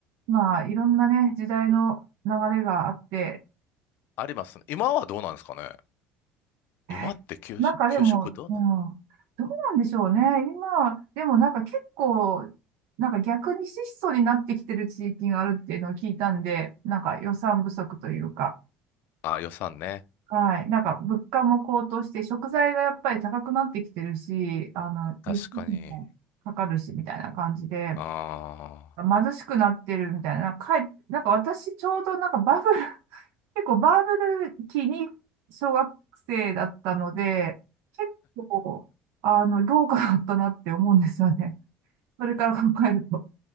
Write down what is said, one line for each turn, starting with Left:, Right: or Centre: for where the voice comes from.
Right: まあ、いろんなね、時代の流れがあって、
Left: ありますね。今はどうなんですかね
Right: <laughs>
Left: 今って給食、
Right: なんかでも、
Left: 給食どうなの
Right: うん、どうなんでしょうね。今、でもなんか結構、なんか逆に質素になってきてる地域があるっていうのを聞いたんで、なんか予算不足というか。
Left: あ、予算ね。
Right: はい。なんか、物価も高騰して、食材がやっぱり高くなってきてるし、あの、
Left: 確かに。
Right: 輸出費もかかるし、みたいな感じで、
Left: ああ。
Right: 貧しくなってるみたいな、なんか、かえなんか私、ちょうどなんかバブル、<laughs> 結構バブル期に小学生だったので、結構、あの、豪華だったなって思うんですよね。それから考えると。